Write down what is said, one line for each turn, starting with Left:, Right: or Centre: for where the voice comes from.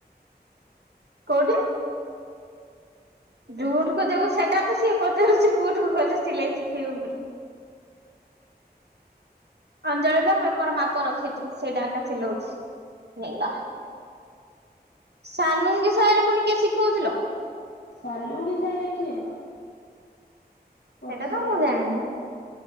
Right: କୋଉଠି? ଯୁଠିକୁୁ ଯାଉ ସେଟା ତ ସିଏ ପଚାରୁଚି କୋଉଠିକୁ ଗଲେ ସିଲେଇ ଶିଖେଇବେ ବୋଲି। ଅଞ୍ଜଳି ତ ପେପର୍ ମାପ ରଖିଛୁ ସେଇଟା ଏକା ସିଲଉଛି। ମିଳିଲା, ସାନୁଙ୍କି ସାଇରେ ପୁଣି କିଏ ଶିଖଉଛି ଲ?
Left: ସାଲୁଙ୍ଗି ସାଇରେ କିଏ ମୋ? ପଚାରିବା
Right: ସେଇଟା ତ ମୁଁ ଜାଣିନି
Left: ଦେଖିଆ।